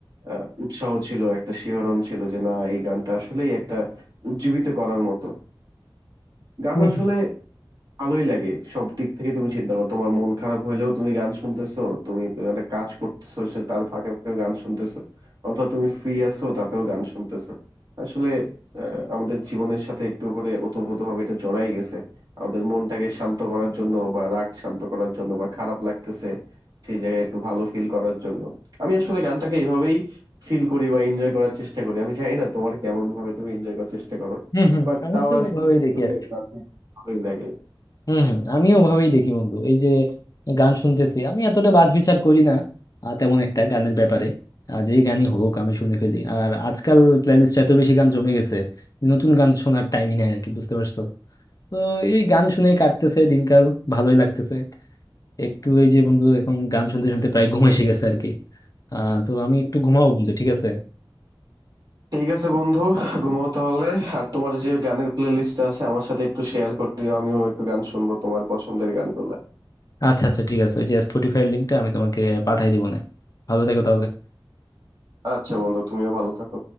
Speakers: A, on the right (about 50°); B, on the left (about 40°).
A: আহ, উৎসাহ ছিল একটা শিহরণ ছিল যে না এই গানটা আসলেই একটা উজ্জীবিত করার মতো গান
B: হুম
A: আসলে
B: হুম।
A: ভালোই লাগে সব দিক থেকে তুমি চিন্তা করো তোমার মন খারাপ হইলেও তুমি গান শুনতেছো তুমি তুমি একটা কাজ করতেছো সে তার ফাঁকে ফাঁকে গান শুনতেছো অথবা তুমি ফ্রি আছো তাতেও গান শুনতেছো আসলে আহ, আমাদের জীবনের সাথে একটু করে ওতপ্রোতভাবে এটা জড়াই গেছে আমাদের মনটাকে শান্ত করার জন্য বা রাগ শান্ত করার জন্য বা খারাপ লাগতেছে সেই জায়গায় একটু ভালো ফিল করার জন্য আমি আসলে গানটাকে এইভাবেই ফিল করি বা এনজয় করার চেষ্টা করি আমি জানি না তোমার কেমন ভাবে তুমি এনজয় করার চেষ্টা করো
B: হম হম
A: বাট
B: আমি
A: তাও
B: তো
A: আর
B: ওভাবেই
A: কি আসলে
B: দেখি আর কি।
A: গানটা ভালোই লাগে
B: হম হম আমিও ওভাবেই দেখি বন্ধু এই যে গান শুনতেছি আমি এতটা বাজ বিচার করি না আহ, তেমন একটা গানের ব্যাপারে আহ, যে গানই হোক আমি শুনে ফেলি আর আজকাল প্লেলিস্ট এত বেশি গান জমে গেছে নতুন গান শোনার টাইমই নাই আর কি বুঝতে পারছো তো এই গান শুনেই কাটতেছে দিনকাল ভালোই লাগতেছে একটু এই যে বন্ধু এখন গান শুনতে শুনতে প্রায় ঘুম এসে গেছে আর কি আহ তো আমি একটু ঘুমাবো বন্ধু ঠিক আছে
A: ঠিক আছে বন্ধু ঘুমাও তাহলে আর তোমার যে গানের প্লে লিস্টটা আছে আমার সাথে একটু শেয়ার করে দিও আমিও একটু গান শুনবো তোমার পছন্দের গানগুলো
B: আচ্ছা আচ্ছা ঠিক আছে ওই যে স্পটিফাই লিঙ্কটা আমি তোমাকে পাঠাই দিবো না ভালো থেকো তাহলে
A: আচ্ছা বন্ধু তুমিও ভালো থাকো